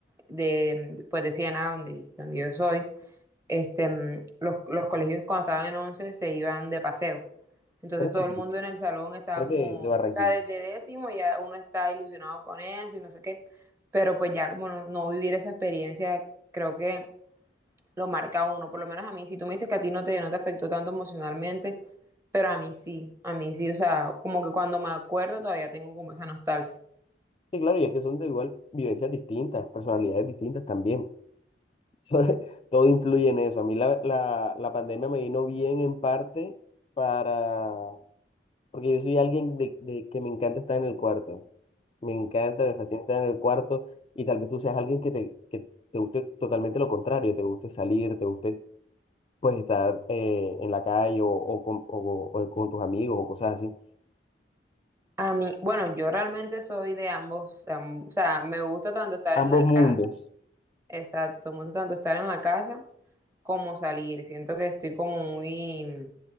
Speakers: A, on the right (about 15°); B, on the left (about 30°).
A: de, pues de Siena, donde, donde yo soy, este, mm, los, los colegios cuando estaban en 11 se iban de paseo. Entonces
B: Pero
A: todo
B: de aquí,
A: el mundo en el salón estaba
B: pero
A: como,
B: de, de Barranquilla.
A: o sea, desde décimo ya uno está ilusionado con eso y no sé qué, pero pues ya como no, no vivir esa experiencia creo que lo marca a uno, por lo menos a mí, si tú me dices que a ti no te, no te afectó tanto emocionalmente, pero a mí sí, a mí sí, o sea, como que cuando me acuerdo todavía tengo como esa nostalgia.
B: Sí, claro, y es que son de igual vivencias distintas, personalidades distintas también. <laughs> Todo influye en eso. A mí la, la, la pandemia me vino bien en parte para, porque yo soy alguien de, de que me encanta estar en el cuarto. Me encanta, me fascina estar en el cuarto y tal vez tú seas alguien que te, que te guste totalmente lo contrario, te guste salir, te guste pues estar eh, en la calle o, o con, o- o con tus amigos o cosas así.
A: A mí, bueno, yo realmente soy de ambos, de am- o sea, me gusta tanto estar
B: Ambos
A: en la
B: mundos,
A: casa, exacto, me gusta tanto estar en la casa como salir. Siento que estoy como muy, o